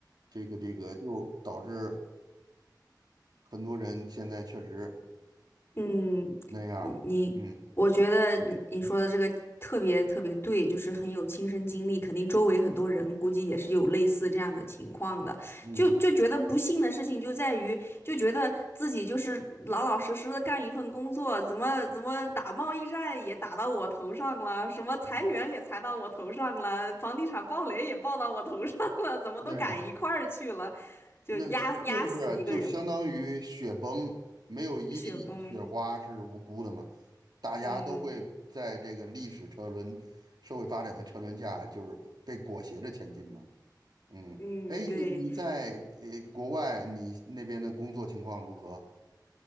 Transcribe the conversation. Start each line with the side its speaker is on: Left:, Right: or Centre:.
Right: 这个这个就导致很多人现在确实
Left: 嗯，
Right: 那样儿嗯
Left: 嗯你，我觉得你你说的这个特别特别对，就是很有亲身经历，肯定周围很多人估计也是有类似这样的情况的，
Right: 嗯
Left: 就就觉得不幸的事情就在于，就觉得自己就是老老实实的干一份工作，怎么怎么打贸易战也打到我头上了，什么裁员也裁到我头上了，
Right: 嗯，
Left: 房地产暴雷也暴到我头上了，怎么都赶一块儿去了，
Right: 那是
Left: 就压压死一个人，
Right: 那这是啊就相当于雪崩，没有一粒雪花是无辜的嘛，
Left: 雪崩，
Right: 大家都会在这个历史车轮、
Left: 嗯。
Right: 社会发展的车轮下，就是被裹挟着前进嘛。嗯，
Left: 嗯，
Right: 哎，
Left: 对
Right: 你你在呃国外，你那边的工作情况如何？